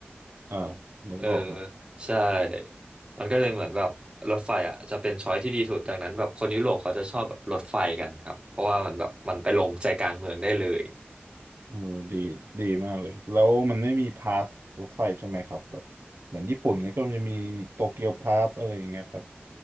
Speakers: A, on the right; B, on the right.
A: อ่านึกออก
B: เออใช่มันก็เลยเหมือนแบบรถไฟอ่ะจะเป็นช้อยที่ดีสุดดังนั้นแบบคนยุโรปเขาจะชอบแบบรถไฟกันครับเพราะว่ามันแบบมันไปลงใจกลางเมืองได้เลย
A: เออดีดีมากเลยแล้วมันไม่มีพาสรถไฟใช่ไหมครับแบบเหมือนญี่ปุ่นเงี้ยก็มจะมีโตเกียวพาสอะไรอย่างเงี้ยครับ